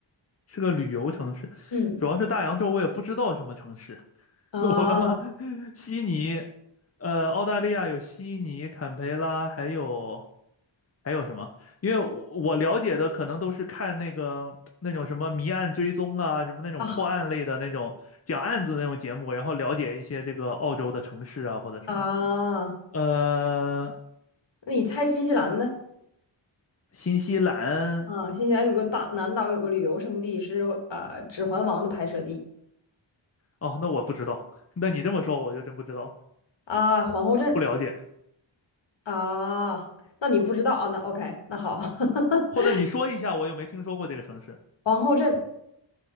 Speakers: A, on the left; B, on the left.
A: 是个旅游城市，
B: 嗯，
A: 主要是大洋洲我也不知道什么城市。
B: 啊
A: <laughs> 我刚刚悉尼，呃，澳大利亚有悉尼、坎培拉，还有还有什么？因为我我了解的可能都是看那个那种什么谜案追踪啊，什么那种破案类的那种讲案子那种节目，
B: 啊
A: 然后了解一些这个澳洲的城市啊或者什么的。
B: 啊，
A: 呃，
B: 那你猜新西兰呢？
A: 新西兰，
B: 啊，新西兰有个大南岛有个旅游胜地是呃《指环王》的拍摄地
A: 哦，那我不知道，<laughs> 那你这么说我就真不知道，
B: 啊，皇后镇
A: 不了解。
B: 啊，那你不知道啊？那 OK，那好。<laughs>
A: 或者你说一下，我有没听说过这个城市？
B: 皇后镇